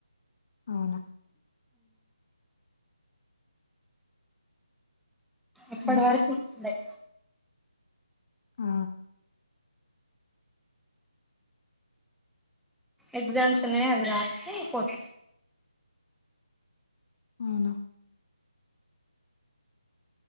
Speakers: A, on the left (about 40°); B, in the centre.
A: అవునా
B: ఇప్పుడి
A: ఇంకా
B: వరకు <unintelligible>
A: ఆ
B: ఎగ్జామ్స్ ఉన్నాయి అవి రాసి పోత
A: అవునా